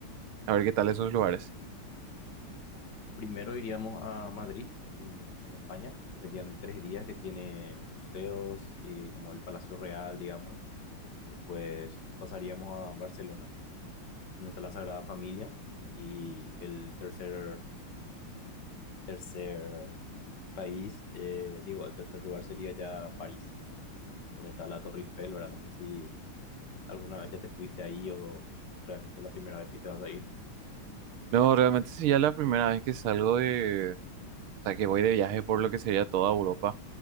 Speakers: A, on the right; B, on the left.
A: a ver qué tal esos lugares.
B: Primero iríamos a Madrid, en, en España. Serían tres días que tiene museos, eh, como el Palacio Real, digamos. Después pasaríamos a Barcelona, donde está la Sagrada Familia. Y el tercer, tercer país, eh, digo, el tercer lugar sería ya París, donde está la Torre Eiffel, ¿verdad? No sé si ¿Alguna vez ya te fuiste ahí o realmente es la primera vez que te vas a ir?
A: No, realmente sí, ya la primera vez que salgo de O sea, que voy de viaje por lo que sería toda Europa.